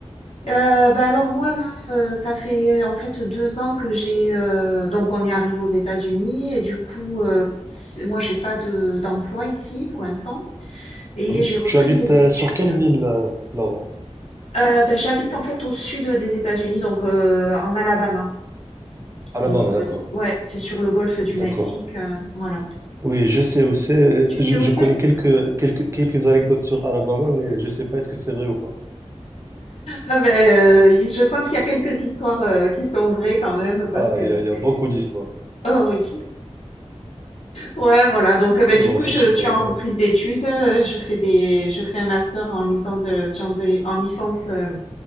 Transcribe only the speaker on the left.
Euh, bah alors moi là, euh, ça fait en fait deux ans que j'ai euh, donc on est arrivé aux États-Unis et du coup euh, c'est- moi j'ai pas de d'emploi ici pour l'instant et
j'ai repris
des
études.
Euh, ben, j'habite en fait au sud des États-Unis donc euh, en Alabama
donc euh,
ouais c'est sur le golfe du
Mexique euh, voilà.
Tu sais
où
c'est?
Ah ben, euh, je pense qu'il y a quelques histoires euh, qui sont vraies quand même parce
que
c'est
oh oui. Ouais, voilà. Donc, euh, bah,
du
coup,
je
suis en reprise d'études. euh, Je fais des, je fais un master en licence de sciences de, li- en licence euh,